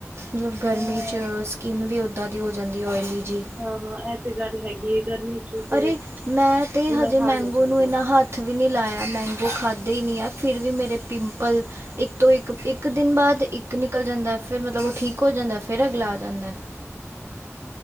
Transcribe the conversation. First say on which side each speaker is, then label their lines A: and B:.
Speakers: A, on the right; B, on the right.
A: ਮਤਲਬ ਗਰਮੀ
B: ਹਾਂ
A: 'ਚ ਸਕਿੰਨ ਵੀ ਉੱਦਾਂ ਦੀ ਹੋ ਜਾਂਦੀ ਓਇਲੀ ਜੀ।
B: ਹਾਂ-ਹਾਂ, ਇਹ ਤੇ ਗੱਲ ਹੈਗੀ ਏ ਗਰਮੀ ਚ ਤੇ
A: ਅਰੇ, ਮੈਂ ਤੇ
B: ਬੁਰਾ
A: ਹਜੇ
B: ਹਾਲ
A: ਮੈਂਗੋ
B: ਹੋ ਜਾਂਦਾ
A: ਨੂੰ ਇੰਨਾ
B: ਹੈ
A: ਹੱ ਹੱਥ ਵੀ ਨਹੀਂ ਲਾਇਆ ਮੈਂਗੋ ਖਾਧੇ ਈ ਨਹੀਂ ਆ ਫਿਰ ਵੀ ਮੇਰੇ ਪਿੰਪਲ ਇੱਕ ਤੋਂ ਇੱਕ ਇੱਕ ਦਿਨ ਬਾਦ ਇੱਕ ਨਿਕਲ ਜਾਂਦੈ, ਫਿਰ ਮਤਲਬ ਉਹ ਠੀਕ ਹੋ ਜਾਂਦੈ ਫਿਰ ਅਗਲਾ ਆ ਜਾਂਦੈ।